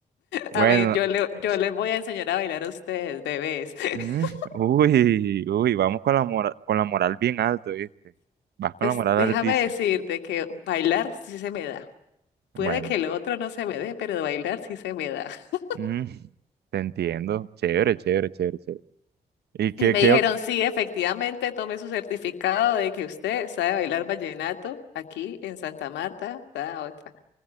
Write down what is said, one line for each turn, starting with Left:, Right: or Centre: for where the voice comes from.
Right: Bueno,
Left: A mí, yo le, yo
Right: o
Left: les voy a enseñar a bailar a ustedes, bebés. <laughs>
Right: mm, uy, uy, vamos con la moral, con la moral bien alto, ¿viste? Vas con
Left: Pues
Right: la moral
Left: déjame
Right: altísima.
Left: decirte que bailar sí se me da. Puede
Right: Bueno.
Left: que el otro no se me dé, pero bailar sí se me da. <laughs>
Right: Mm, te entiendo. Chévere, chévere, chévere, chévere. ¿Y qué,
Left: Y me
Right: qué
Left: dijeron,
Right: ot-
Left: sí, efectivamente, tome su certificado de que usted sabe bailar vallenato aquí en Santa Marta, da otra.